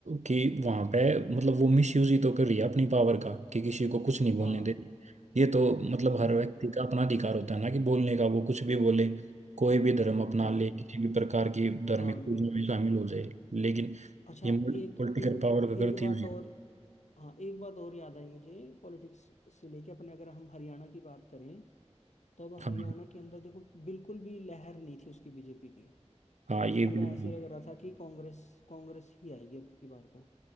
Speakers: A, on the right; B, on the left.
A: कि वहां पे मतलब वो मिसयूज ही तो कर रही है अपनी पावर का कि किसी को कुछ नहीं बोलने
B: हाँ
A: देती ये तो मतलब हर
B: हाँ
A: व्यक्ति का अपना अधिकार होता है ना कि बोलने का वो कुछ भी बोले कोई भी धर्म अपना
B: हाँ
A: ले किसी भी प्रकार की धार्मिक
B: हाँ
A: पूजा
B: बिल्कुल
A: में शामिल
B: बिल्कुल
A: हो जाए लेकिन
B: अच्छा
A: ये पॉलिटिकल
B: एक एक
A: पावर का
B: एक
A: गलत
B: बात
A: यूज है
B: और हाँ एक बात और याद आई मुझे पॉलिटिक्स से लेके अपने अगर हम हरियाणा की बात करें तो अब
A: हाँ
B: हरियाणा के अंदर देखो बिल्कुल भी लहर नहीं थी उसकी बीजेपी की
A: हाँ
B: और
A: ये
B: पूरा
A: बिल्कुल
B: ऐसे लग रहा था कि कांग्रेस कांग्रेस ही आएगी अब की बार तो